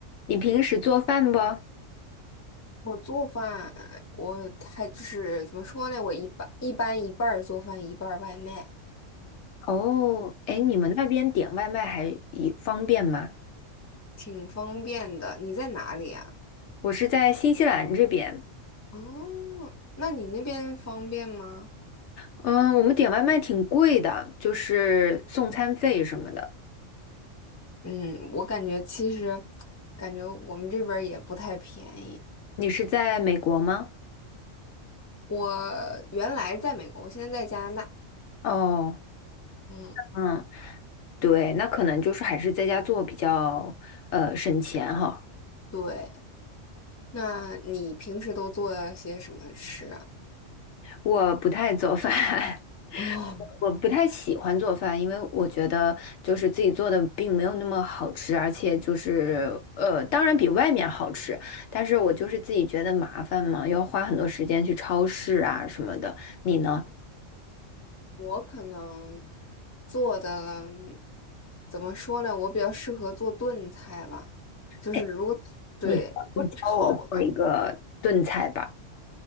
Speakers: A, on the left; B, on the left.
A: 你平时做饭不？
B: 我做饭，我还就是怎么说呢？我一般一般一半儿做饭，一半儿外卖，
A: 哦，哎，你们那边点外卖还也方便吗？
B: 挺方便的。你在哪里啊？
A: 我是在新西兰这边，
B: 哦，那你那边方便吗？
A: 嗯，我们点外卖挺贵的，就是送餐费什么的。
B: 嗯，我感觉其实，感觉我们这边儿也不太便宜。
A: 你是在美国吗？
B: 我原来在美国，我现在在加拿大。
A: 哦，
B: 嗯，
A: 嗯，对，那可能就是还是在家做比较呃省钱哈。
B: 对。那你平时都做些什么吃啊？
A: 我不太做饭，<laughs>
B: 哦。
A: 我不太喜欢做饭，因为我觉得就是自己做的并没有那么好吃，而且就是呃，当然比外面好吃，但是我就是自己觉得麻烦嘛，又要花很多时间去超市啊什么的。你呢？
B: 我可能做的怎么说呢？我比较适合做炖菜吧，就是如果对如果炒的
A: 哎，你你教我做一个炖菜吧。